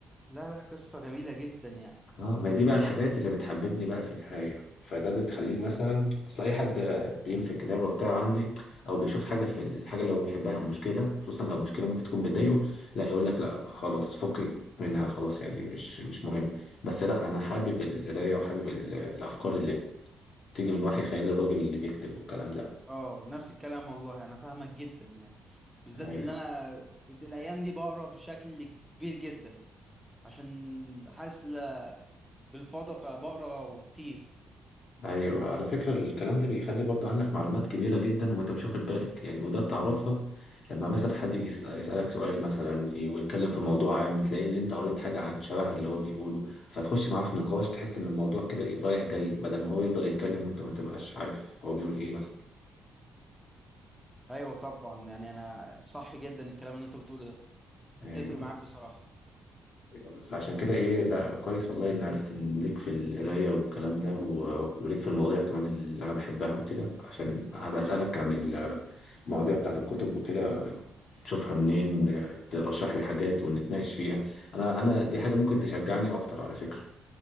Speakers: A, in the centre; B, on the left.
A: لا لا قصة جميلة جدا يعني
B: اه ما هي دي بقى الحاجات اللي بتحببني بقى في القراية فده بتخليني مثلا اصل اي حد بيمسك كتابة وبتاع عندي او بيشوف حاجة في الحاجة اللي هو بيحبها مشكلة خصوصا لو مشكلة ممكن تكون بتضايقه لا يقول لك لا خلاص فكي منها خلاص يعني مش مش مهم بس لا انا حابب القراية وحابب ال- الافكار اللي بتيجي من وحي خيال الراجل اللي بيكتب والكلام ده
A: اه نفس الكلام والله انا فاهمك جدا يعني بالذات
B: ايوه
A: اللي انا الايام دي بقرا بشكل كبير جدا عشان حاسس ل- بالفضا فبقرا وكتير
B: ايوه على فكره الكلام ده بيخلي برضه عندك معلومات كبيره جدا وانت مش واخد بالك يعني وده بتعرفها لما مثلا حد يجي يسأل- يسالك سؤال مثلا ي- ويتكلم في موضوع عام تلاقي اللي انت قريت حاجه عن شبه اللي هو بيقوله فتخش معاه في نقاش تحس ان الموضوع كده إيه، رايح جاي بدل ما هو يفضل يتكلم وانت ما تبقاش عارف هو بيقول ايه مثلا
A: ايوه طبعا يعني انا صح جدا الكلام اللي انت بتقوله ده اتفق
B: ايوه
A: معاك بصراحة
B: أيوة. فعشان كده ايه لا كويس والله ان عرفت ان ليك في القرايه والكلام ده و- وليك في المواضيع كمان اللي انا بحبها وكده عشان هبقى اسالك عن المواضيع بتاعت الكتب وكده تشوفها منين آه، ترشح لي حاجات ونتناقش فيها انا انا دي حاجه ممكن تشجعني اكتر على فكره